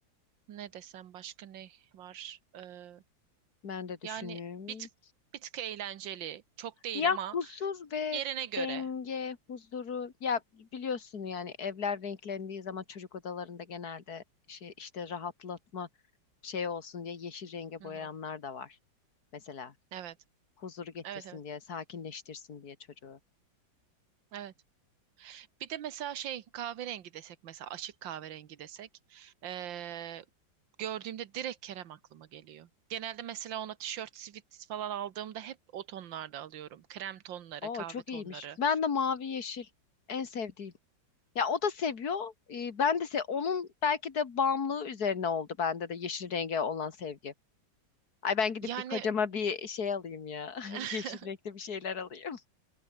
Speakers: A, on the right; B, on the left.
A: ne desem başka ne var? Eee,
B: Ben de düşünüyorum.
A: yani bir tık bir tık eğlenceli. Çok değil
B: Ya
A: ama
B: huzur ve
A: yerine göre.
B: denge, huzuru. Ya biliyorsun yani evler renklendiği zaman çocuk odalarında genelde şey işte rahatlatma şey olsun diye yeşil renge
A: Hı
B: boyayanlar
A: hı.
B: da var. Mesela
A: Evet.
B: huzuru getirsin
A: Evet, evet.
B: diye, sakinleştirsin diye çocuğu.
A: Evet. Bir de mesela şey kahverengi desek mesela açık kahverengi desek eee, gördüğümde direkt Kerem aklıma geliyor. Genelde mesela ona tişört, sivit falan aldığımda hep o tonlarda alıyorum. Krem tonları,
B: Oo
A: kahve
B: çok
A: tonları.
B: iyiymiş. Ben de mavi yeşil en sevdiğim. Ya o da seviyor. e, ben de se onun belki de bağımlılığı üzerine oldu bende de yeşil renge olan sevgi. Ay ben gidip
A: Yani
B: bir kocama bir şey alayım ya.
A: <laughs>
B: <laughs> Yeşil renkte bir şeyler alayım.